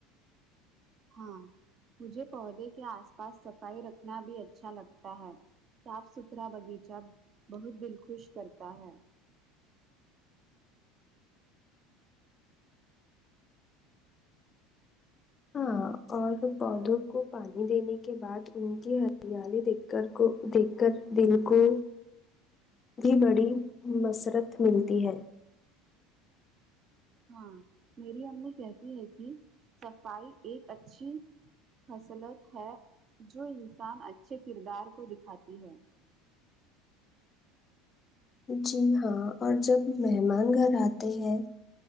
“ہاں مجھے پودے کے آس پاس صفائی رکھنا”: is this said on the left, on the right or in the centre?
Right